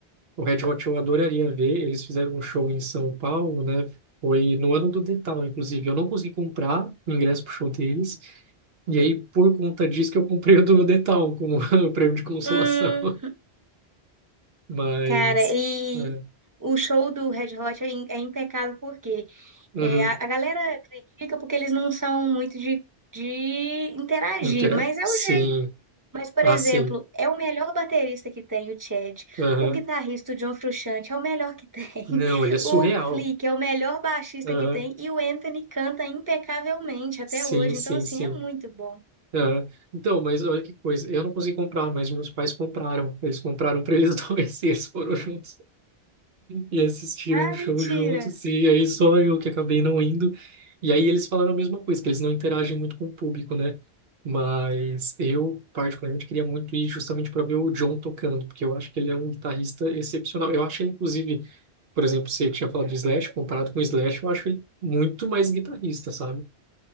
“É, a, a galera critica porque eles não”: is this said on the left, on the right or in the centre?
Right